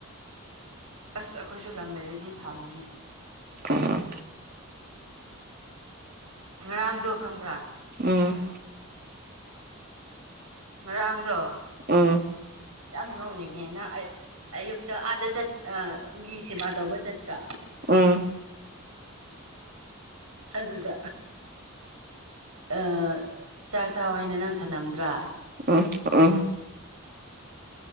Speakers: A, on the right (about 80°); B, on the right (about 45°).
A: ꯑꯁ ꯑꯩꯈꯣꯏꯁꯨ ꯂꯝ ꯂꯩꯔꯗꯤ ꯊꯥꯅꯤꯡꯉꯤ
B: ꯑ
A: ꯉꯔꯥꯡꯗꯣ ꯈꯪꯕ꯭ꯔꯥ
B: ꯎꯝ
A: ꯔꯥꯡꯗꯣ
B: ꯎꯝ
A: ꯌꯥꯝ ꯂꯣꯡꯅꯤꯡꯉꯦꯅ ꯑꯌꯨꯛꯇ ꯑꯥꯗ ꯆꯠ ꯃꯤ ꯁꯦꯕꯥ ꯇꯧꯕ ꯆꯠꯇ꯭ꯔꯥ
B: ꯎꯝ
A: ꯑꯗꯨꯗ ꯑ ꯆꯥꯛ ꯆꯥ ꯍꯥꯏꯦꯅ ꯅꯪ ꯊꯝꯂꯝꯝꯗ꯭ꯔꯥ
B: ꯑ ꯑ